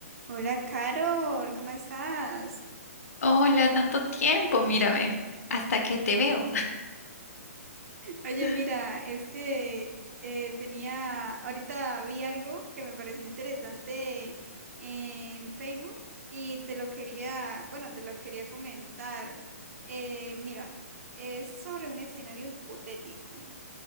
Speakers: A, on the right; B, on the left.
A: Hola, Carol, ¿cómo estás?
B: Hola, tanto tiempo, mira, ve, hasta que te veo.
A: Oye,
B: <laughs>
A: mira, es que eh, tenía, ahorita vi algo que me pareció interesante en Facebook y te lo quería, bueno, te lo quería comentar. Eh, mira, es sobre un escenario hipotético.